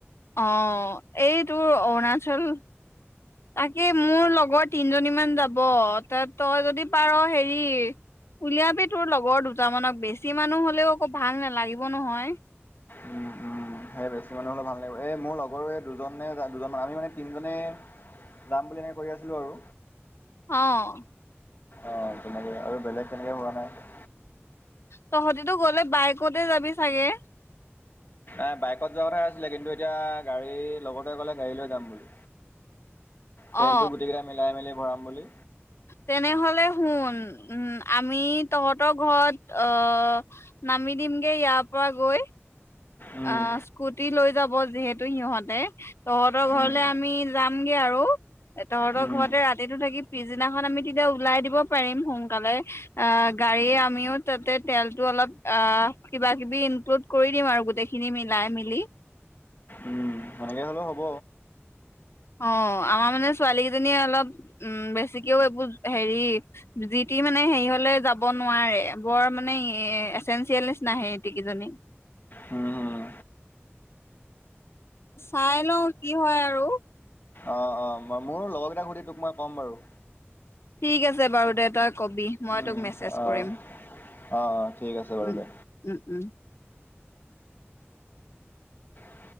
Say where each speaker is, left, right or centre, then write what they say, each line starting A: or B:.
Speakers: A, on the left; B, on the left.
A: অ', এই তোৰ অৰুণাচল, তাকে মোৰ লগৰ তিনজনী মান যাব ত-তই যদি পাৰ হেৰি উলিয়াবি তোৰ লগৰ দুটামানক বেছি মানুহ হ'লেও আকৌ ভাল নালাগিব নহয়।
B: উম, উম, সেয় বেছি মানুহ হ'লে ভাল নালাগিব, এই মোৰ লগৰো এই দুজন নে, দুজনমান আমি মানে তিনিজনে যাম বুলি এনেকৈ কৰি আছিলোঁ আৰু।
A: অ'।
B: অ', তেনেকে আৰু বেলেগ তেনেকে হোৱা নাই।
A: তহঁতেটো গ'লে বাইকতে যাবি চাগে?
B: এ, বাইকত যোৱা কথাই আছিলে কিন্তু এতিয়া গাড়ীৰ লগটোৱে ক'লে গাড়ী লৈ যাম বুলি। তেলটো
A: অ
B: গোটেইকেইটা মিলাই, মেলি ফুৰাম বুলি
A: তেনেহলে শুন, উম আমি তহঁতৰ ঘৰত অহ নামি দিমগে ইয়াৰ পৰা গৈ
B: উম,
A: অ, স্কুটি লৈ যাব যিহে তু ইহঁতে তহঁতৰ
B: উম,
A: ঘৰলে আমি যামগে আৰু। এ তহঁতৰ
B: উম,
A: ঘৰতে ৰাতিটো থাকি পিছদিনাখন আমি তেতিয়া উলাই দিব পাৰিম সোনকালে। অ গাড়ীয়ে আমিও তাতে তেলতো অলপ অ কিবা-কিবি ইনক্লুড কৰি দিম আৰু গোটেইখি নি মিলাই মিলি।
B: উম, সেনেকে হ'লেও হ'ব।
A: অ, আমাৰ মানে ছোৱালী কেইজনীয়ে অলপ উম বেছি এতিয়াও এইবোৰ হেৰি যি টি মানে হেৰি হ'লে যাব নোৱাৰে বৰ মানে এচেঞ্চিয়েল নিচিনা সেহেতি কেইজনী।
B: হম।
A: চাই লওঁ কি হয় আৰু।
B: অ' অ' মোৰো লগৰ কেইটাক সুধি তোক মই ক'ম বাৰু।
A: ঠিক আছে বাৰু দে তই কবি মই
B: উম
A: তোক মেছেজ
B: অ'
A: কৰিম
B: অ' ঠিক আছে বাৰু
A: উম
B: দে।
A: উম উম
B: <inaudible>